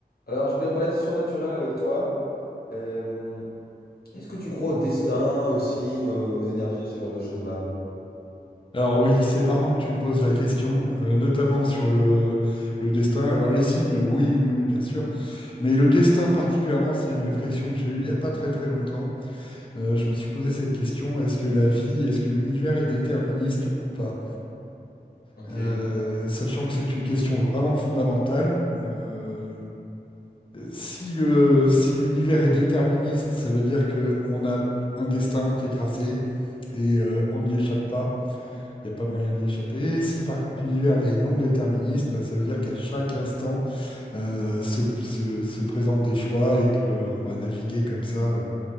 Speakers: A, on the left (about 65°); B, on the left (about 30°).
A: Alors, je voulais parler de surnaturel avec toi. Euh, est-ce que tu crois au destin, aux signes, aux, aux énergies, ce genre de choses-là?
B: Alors oui, c'est marrant que tu me poses la question, euh, notamment sur le, le destin. Alors les signes, oui, oui, oui, bien sûr, mais le destin particulièrement, c'est une réflexion que j'ai eue il n'y a pas très très longtemps. Euh, je me suis posé cette question, est-ce que la vie, est-ce que l'univers est déterministe ou pas?
A: Ok,
B: Euh, sachant que c'est une question vraiment fondamentale. Euh, si le, si l'univers est déterministe, ça veut dire qu'on a un destin qui est tracé et euh, on n'y échappe pas. Il n'y a pas moyen d'y échapper. Si par contre l'univers est non déterministe, bah, ça veut dire qu'à chaque instant euh, se, se- se présentent des choix et qu'on va naviguer comme ça euh,